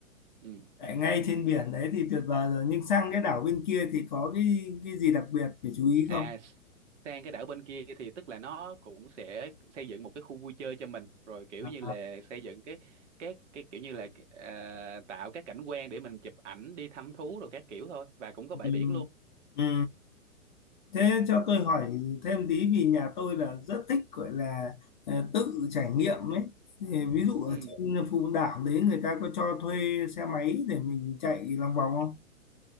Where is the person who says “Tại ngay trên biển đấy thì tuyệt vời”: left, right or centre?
Left